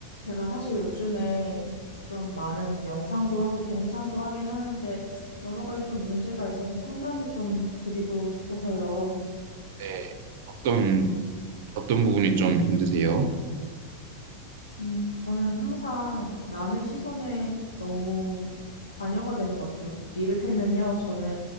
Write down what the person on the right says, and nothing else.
네. 어떤, 어떤 부분이 좀 힘드세요?